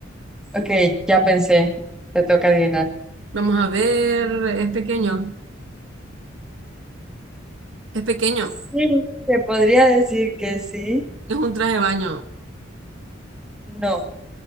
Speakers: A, in the centre; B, on the right.
A: Ok, ya pensé. Te toca adivinar.
B: Vamos a ver, es pequeño, es pequeño,
A: Sí, te podría decir que sí.
B: es un traje de baño,
A: No,